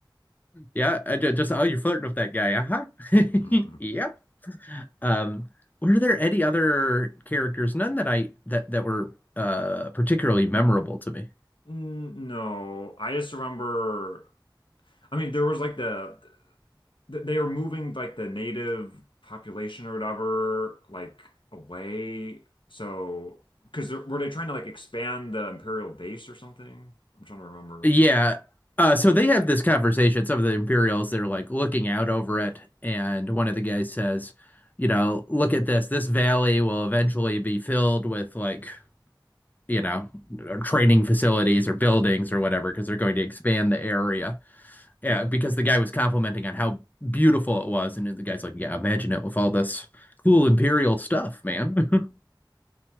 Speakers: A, on the left; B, on the left.
A: Yeah, I ju- just oh, you're flirting with that guy. Uh-huh. <laughs>
B: <laughs>
A: Yep. Um, were there any other characters? None that I that that were uh particularly memorable to me.
B: Mm, No, I just remember. I mean, there was like the th- they are moving like the native population or whatever like away. So, because were they trying to like expand the imperial base or something? I'm trying to remember.
A: Yeah. Uh, so they have this conversation. Some of the Imperials, they're like looking out over it. And one of the guys says, you know, look at this. This valley will eventually be filled with like, you know, training facilities or buildings or whatever, because they're going to expand the area. Yeah,
B: Yeah,
A: because the guy was complimenting on how beautiful it was. And the guy's like, yeah, imagine it with all this cool Imperial stuff, man. <laughs>